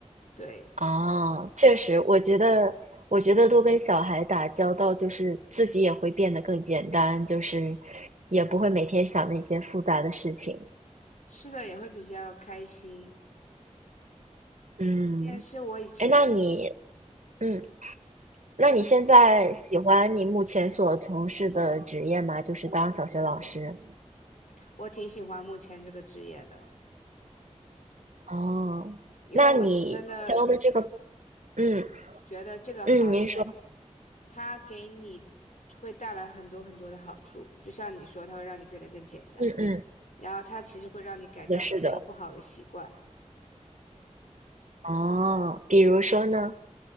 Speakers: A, on the left; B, on the right.
A: 对，
B: 啊，确实，我觉得，我觉得多跟小孩打交道，就是自己也会变得更简单，就是也不会每天想那些复杂的事情。
A: 是的也会比较开心。
B: 嗯，
A: 关键是我以前，
B: 哎，那你，嗯那你现在喜欢你目前所从事的职业吗？
A: 啊你，
B: 就是当小学老师。
A: 我挺喜欢目前这个职业的，
B: 哦，
A: 因为我真的
B: 那你教的这个，嗯
A: 觉得这个行业
B: 嗯，您说，
A: 它给你会带来很多很多的好处，就像你说，它会让你变得更简单，
B: 嗯嗯，
A: 然后它其实会让你改掉很多不好的习惯。
B: 是的，是的。哦，比如说呢？